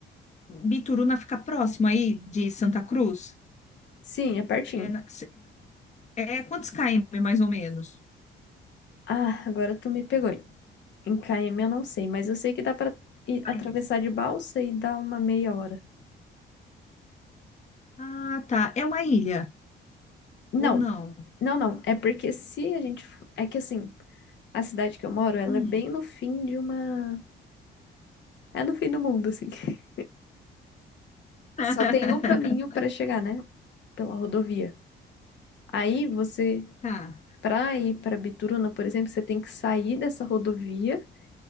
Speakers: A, on the left; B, on the left.
A: Bituruna fica próximo aí de Santa Cruz.
B: Sim, é pertinho.
A: É na, É quantos km, mais ou menos?
B: Ah, agora tu me pegou. Em KM eu não sei, mas eu sei que dá pra ir
A: Mas-
B: atravessar de balsa e dar uma meia hora.
A: Ah, tá. É uma ilha,
B: Não,
A: ou não?
B: Não, não. É porque se a gente. f- É que assim, a cidade que eu moro, ela
A: Hum,
B: é bem no fim de uma. É no fim do mundo, assim. <laughs>
A: <laughs>
B: Só tem um caminho pra chegar, né? Pela rodovia. Aí você,
A: tá,
B: pra ir pra Bituruna, por exemplo, você tem que sair dessa rodovia